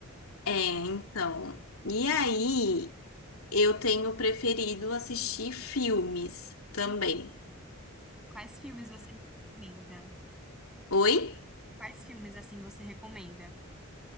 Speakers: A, on the left; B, in the centre.
A: É, então. E aí, eu tenho preferido assistir filmes também.
B: Uhum. Quais filmes você me recomenda?
A: Oi?
B: Quais filmes assim você recomenda?